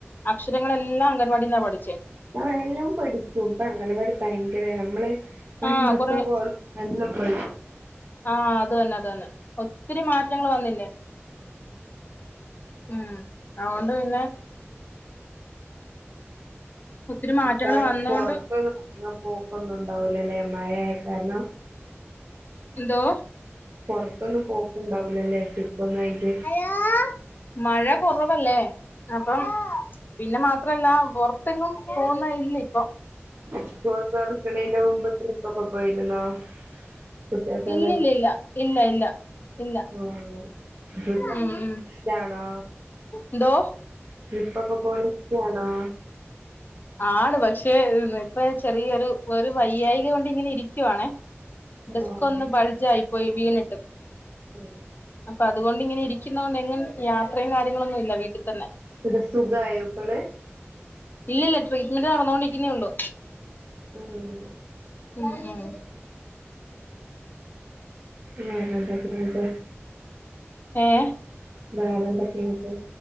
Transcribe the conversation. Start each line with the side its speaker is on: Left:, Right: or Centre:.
Left: അക്ഷരങ്ങളെല്ലാം അംഗൻവാടിന്നാ പഠിച്ചേ.
Right: ആഹ് എല്ലോം പഠിക്കും. ഇപ്പോ അംഗലാവാടി ഭയങ്കര നമ്മള് പണ്ടത്തെ
Left: ആഹ് കൊറെ
Right: പോലെ അല്ല ഇപ്പഴ്
Left: ആഹ് അത് തന്നെ അത് തന്നെ. ഒത്തിരി മാറ്റങ്ങള് വന്നില്ലേ ഉം അതുകൊണ്ട് പിന്നെ ഒത്തിരി മാറ്റങ്ങൾ
Right: ഇപ്പ
Left: വന്നോണ്ട്
Right: പൊറത്ത്ന്ന് പോക്കൊന്നുംണ്ടാവൂലല്ലേ മഴേ കാരണം.
Left: എന്തോ?
Right: പൊറത്തൊന്നും പോക്കുണ്ടാവൂലല്ലേ ട്രിപ്പൊന്നായിട്ട്
Left: ഹലോ മഴ കൊറവല്ലേ അപ്പം പിന്നെ മാത്രല്ല പൊറത്തെങ്ങും പോന്നല്ലിപ്പോ
Right: ഇസ്കൂൾ തൊർക്കണന്റെ മുമ്പ് ട്രിപ്പക്കെ പോയിരുന്നോ? കുട്ടികൾക്കെല്ലാർക്കും
Left: ഇല്ലില്ല ഇല്ല ഇല്ല ഇല്ല. ഇല്ല
Right: ആഹ് <unintelligible>
Left: ഉം ഉം
Right: ഇഷ്റ്റണോ
Left: എന്തോ
Right: ട്രിപ്പൊക്കെ പോകാൻ ഇസ്റ്റാണോ?
Left: ആണ് പക്ഷേ ഇപ്പൊ ചെറിയൊരു വയ്യായിക കൊണ്ട് ഇങ്ങനെ ഇരിക്കുവാണെ ഡിസ്ക്കൊന്ന്
Right: ആഹ്
Left: ബൾജായി പോയി വീണിട്ട്.
Right: ആഹ്
Left: അപ്പോ അതുകൊണ്ട് ഇങ്ങനെ ഇരിക്കുന്നകൊണ്ട് എങ്ങ യാത്രയും കാര്യങ്ങളൊന്നും ഇല്ല വീട്ടി തന്നെ
Right: ന്ന്ട്ട് സുഖായോപ്പള്?
Left: ഇല്ലില്ല ട്രീറ്റ്മെന്റ് നടന്നോണ്ടിക്കുന്നേ ഒള്ളൂ.
Right: ആഹ്
Left: ഉം ഉം
Right: വേറെന്തക്കെയൊണ്ട്
Left: ഏഹ്
Right: വേറെന്തക്കെയൊണ്ട്